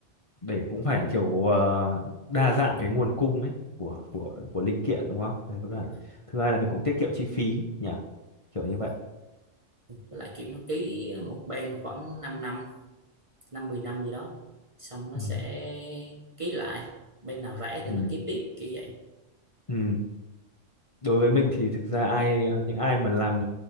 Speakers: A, on the left; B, on the right.
A: để cũng phải kiểu ờ, đa
B: bí mật
A: dạng cái nguồn cung ấy của
B: đúng
A: của
B: rồi
A: của linh kiện đúng không? Đấy vẫn
B: đúng
A: là
B: rồi,
A: thứ hai là mình cũng tiết kiệm chi phí nhỉ, kiểu như
B: đúng
A: vậy.
B: rồi. với lại kiểu nó ký một bên khoảng 5 năm năm 10 năm gì đó xong nó
A: Ừ.
B: sẽ ký lại bên nào rẻ thì
A: Ừ.
B: nó ký tiếp kiểu vậy
A: Ừ. Đối với mình thì thực ra ai ờ, những ai mà làm